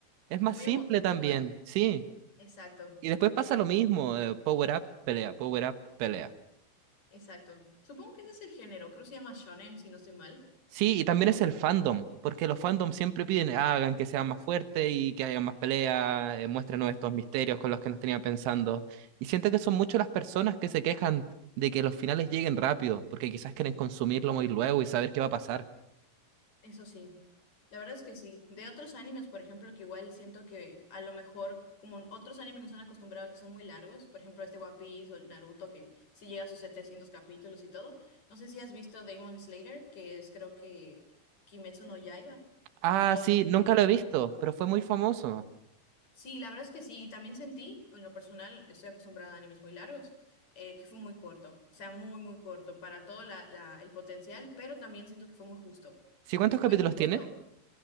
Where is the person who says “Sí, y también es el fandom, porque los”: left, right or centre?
Right